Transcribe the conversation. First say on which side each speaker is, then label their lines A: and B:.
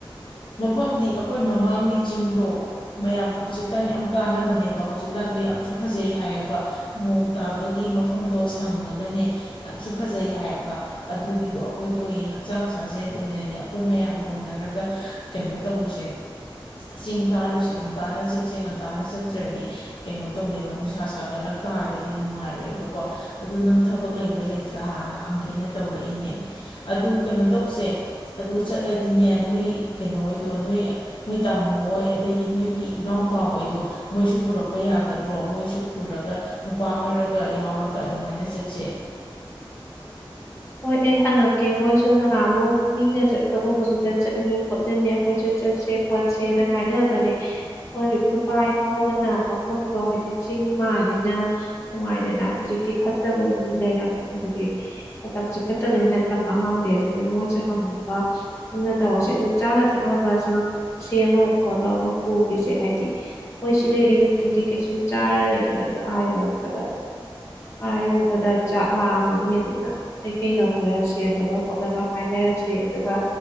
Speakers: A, on the left (about 65°); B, on the left (about 30°).
A: ꯃꯐꯝꯗꯤ ꯑꯩꯈꯣꯏ ꯃꯃꯥꯡꯒꯤ ꯆꯤꯡꯗꯣ ꯃꯌꯥꯝ ꯍꯧꯖꯤꯛꯀꯥꯟ ꯌꯥꯝ ꯀꯥꯟꯅꯕꯅꯦꯕ ꯍꯧꯖꯤꯛꯀꯥꯟꯗꯣ ꯌꯥꯝꯁꯨ ꯐꯖꯩ ꯍꯥꯏꯌꯦꯕ ꯅꯣꯡ ꯇꯥꯕꯒꯤ ꯃꯐꯝꯗꯣ ꯁꯪꯉꯒꯅꯦ ꯌꯥꯝꯁꯨ ꯐꯖꯩ ꯍꯥꯏꯌꯦꯕ ꯑꯗꯨꯒꯤꯗꯣ ꯑꯩꯈꯣꯏꯗꯣ ꯍꯌꯦꯡ ꯍꯛꯆꯥꯡ ꯁꯥꯖꯦꯜ ꯑꯣꯏꯅꯅꯦ ꯑꯩꯈꯣꯏ ꯃꯌꯥꯝ ꯍꯧꯅꯔꯒ ꯫ ꯀꯩꯅꯣ ꯇꯧꯔꯨꯁꯦ ꯆꯤꯡ ꯀꯥꯔꯨꯁꯦ ꯉꯟꯇꯥꯅ ꯆꯠꯁꯦ ꯉꯟꯇꯥꯅ ꯆꯠꯇ꯭ꯔꯗꯤ ꯀꯩꯅꯣ ꯇꯧꯅꯦꯕ ꯅꯨꯡꯁꯥ ꯁꯥꯒꯠꯂꯛ ꯇꯥꯔꯒꯗꯤ ꯅꯨꯡꯉꯥꯏꯔꯣꯏꯕꯀꯣ ꯑꯗꯨ ꯅꯪ ꯊꯕꯛ ꯂꯩꯕ ꯂꯩꯇ꯭ꯔꯥ ꯍꯥꯟꯅ ꯍꯪꯒꯦꯅ ꯇꯧꯔꯛꯏꯅꯦ ꯑꯗꯨ ꯀꯩꯅꯣ ꯇꯧꯁꯦ ꯑꯗꯨ ꯆꯠꯂꯗꯤꯅꯦ ꯅꯣꯏ ꯫ ꯀꯩꯅꯣ ꯑꯣꯏꯗꯣ ꯅꯣꯏ ꯅꯣꯏ ꯇꯥꯃꯣ ꯍꯣꯏ ꯑꯗꯒꯤ ꯅꯣꯏꯒꯤ ꯏꯅꯥꯎꯄꯥ ꯑꯣꯏꯣꯏꯗꯣ ꯃꯣꯏꯁꯨ ꯄꯨꯔꯛꯄ ꯌꯥꯒꯗ꯭ꯔꯣ ꯃꯣꯏꯁꯨ ꯄꯨꯔꯒ ꯅꯨꯄꯥ ꯈꯔꯒ ꯌꯥꯎꯔꯒ ꯑꯗꯨꯃꯥꯏꯅ ꯆꯠꯁꯦ꯫
B: ꯍꯣꯏ ꯑꯩ ꯍꯪꯉꯛꯀꯦ ꯃꯣꯏꯁꯨ ꯅꯍꯥꯃꯨꯛ ꯃꯤꯅ ꯆꯠꯄꯒꯨꯝꯕꯗꯨꯗ ꯆꯠꯅꯤ ꯈꯣꯠꯂꯅꯤ ꯑꯩꯈꯣꯏꯁꯨ ꯆꯠꯁꯦ ꯈꯣꯠꯁꯦꯅ ꯍꯥꯏꯅꯕꯅꯦ ꯍꯣꯏ ꯅꯨꯄꯥ ꯌꯥꯎꯔꯒꯅ ꯃꯐꯝꯗꯣ ꯍꯥꯏꯗꯤ ꯆꯤꯡ ꯃꯥꯜꯅꯤꯅ ꯅꯨꯡꯉꯥꯏꯗꯅ ꯍꯧꯖꯤꯛꯇꯤ ꯐꯠꯇꯕ ꯃꯤ ꯂꯩꯔꯝꯃꯅꯤ ꯍꯥꯏꯗꯤ ꯫ ꯃꯇꯝꯁꯦ ꯐꯠꯇꯕꯅꯤꯅ ꯇꯝꯕ ꯉꯝꯗꯦ ꯑꯗꯨꯅ ꯃꯣꯏꯁꯨ ꯍꯪꯕ ꯄꯨꯛꯅꯤꯡ ꯇꯧꯔꯁꯦ ꯑꯗꯨ ꯆꯥꯅ ꯊꯛꯅꯕꯁꯨ ꯁꯦꯝꯃꯒ ꯈꯣꯠꯂꯒ ꯄꯨꯈꯤꯁꯦ ꯍꯥꯏꯗꯤ ꯈꯣꯏ ꯁꯤꯗꯩ ꯑꯌꯨꯛꯇꯨꯗꯤ ꯀꯩꯁꯨꯝ ꯆꯥꯔꯔꯣꯏꯗꯅ ꯑꯗꯣ ꯑꯥ ꯌꯧꯔꯞꯄꯗ ꯑꯥ ꯌꯣꯛꯕꯗ ꯆꯥꯛ ꯂꯥꯝꯃꯅꯤ ꯑꯗꯨꯅ ꯫ ꯀꯩꯀꯩꯅꯣ ꯈꯔ ꯁꯦꯝꯅꯕ ꯈꯣꯠꯅꯕ ꯍꯥꯏꯅꯔꯁꯦ ꯑꯗꯨꯒ